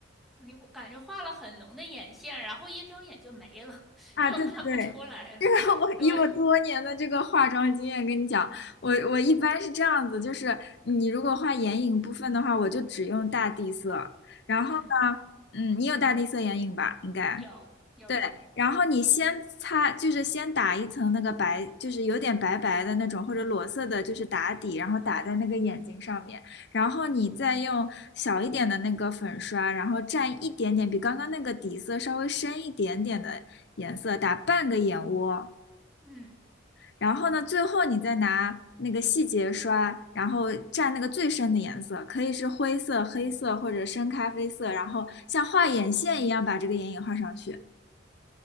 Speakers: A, in the centre; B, on the left (about 55°).
A: 你会感觉画了很浓的眼线，然后一睁眼就没了，<laughs>
B: 啊，
A: 就看不出来了，
B: 对对对，这个我以我多年的这个化妆经验跟你讲，
A: 对，
B: 我我一般是这样子，就是你如果画眼影部分的话，我就只用大地色，然后呢，
A: 嗯。
B: 嗯，你有大地色眼影吧？应该。
A: 有有的，
B: 对，然后你先擦，就是先打一层那个白，就是有点白白的那种或者裸色的，就是打底，然后打在那个眼睛上面，然后你再用小一点的那个粉刷，然后蘸一点点比刚刚那个底色稍微深一点点的颜色，打半个眼窝，
A: 嗯，
B: 然后呢，最后你再拿那个细节刷，然后蘸那个最深的颜色，可以是灰色、黑色或者深咖啡色，然后像画眼线一样把这个眼影画上去。